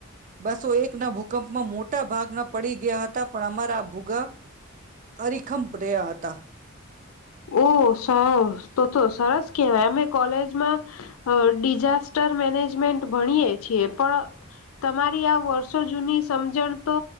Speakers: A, on the right; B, on the left.
A: બસો એક ના ભૂકંપમાં મોટા ભાગના પડી ગયા હતા પણ અમારા આ ભૂગા અડીખંપ રહ્યા હતા.
B: ઓ સર તો તો સરસ કેહવાય એમેય કોલેજ મા ડિઝાસ્ટર મેનેજમેન્ટ ભણીએ છીએ પણ તમારી આ વર્ષો જૂની સમજણ તો